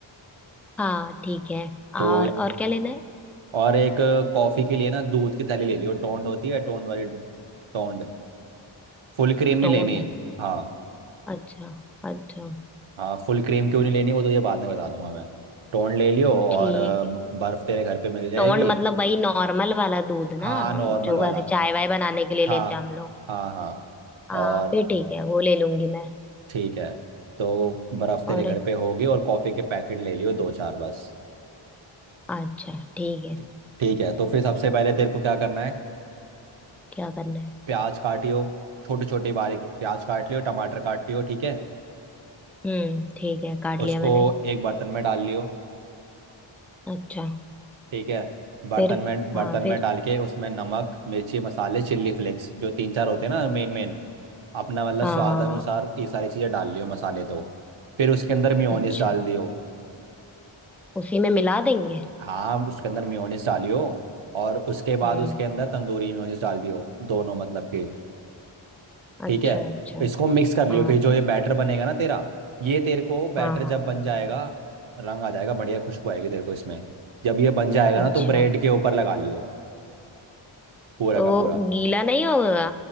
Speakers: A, in the centre; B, on the right.
A: हाँ ठीक है
B: तो
A: और और क्या लेना है
B: और एक कॉफ़ी के लिए ना दूध की थैली ले लियो टोंड होती है टोंड वाली टोंड फुल क्रीम नहीं
A: टोंड
B: लेनी हाँ
A: अच्छा अच्छा
B: हाँ फुल क्रीम क्यों नहीं लेनी वो तो ये बाद में बता दूंगा मैं टोन ले लियो और
A: ठीक
B: अ,
A: है
B: बर्फ तेरे घर पे मिल जाएगी
A: टोंड मतलब वही नॉर्मल वाला दूध ना
B: हाँ नॉर्मल
A: जो
B: वाला
A: ऐसे चाय वाय बनाने के लिए
B: हाँ
A: लेते हैं हम लोग
B: हाँ हाँ
A: हाँ
B: और
A: फिर ठीक है वो ले लूंगी मैं
B: ठीक है तो बर्फ तेरे
A: और
B: घर पे होगी और कॉफ़ी के पैकेट ले लियो दो चार बस
A: अच्छा ठीक है
B: ठी- ठीक है तो फिर सबसे पहले तेरे को क्या करना है अ,
A: क्या करना है
B: प्याज काटियो छोटे छोटे बारीक प्याज काट लियो टमाटर काट लियो ठीक है
A: हम्म ठीक है काट लिया
B: उसको
A: मैंने
B: एक बर्तन में डाल लियो
A: अच्छा
B: ठीक है बर्तन
A: फिर
B: में बर्तन
A: हाँ फिर
B: में डाल के उसमें नमक मिर्ची मसाले चिल्ली फ्लेक्स जो तीन चार होते हैं ना मेन मेन अपना मतलब
A: हाँ
B: स्वाद अनुसार ये सारी चीज़ें डाल लियो मसाले तो फिर उसके अंदर मियोनीस
A: अच्छा
B: डाल दियो
A: उसी में मिला देंगे
B: हाँ उसके अंदर मियोनीस डालियो और उसके बाद
A: हम्म
B: उसके अंदर तंदूरी मियोनीस डाल दियो दोनों मतलब के ठीक
A: अच्छा
B: है
A: अच्छा
B: इसको मिक्स कर लियो
A: हाँ
B: फिर जो ये बैटर बनेगा ना तेरा ये तेरे को
A: हाँ
B: बैटर
A: हाँ
B: जब बन जाएगा रंग आ जाएगा बढ़िया खुशबू आएगी तेरे को इसमें जब ये बन जाएगा ना
A: अच्छा
B: तो ब्रेड के ऊपर लगा लियो पूरा
A: तो
B: का पूरा
A: गीला नहीं होगा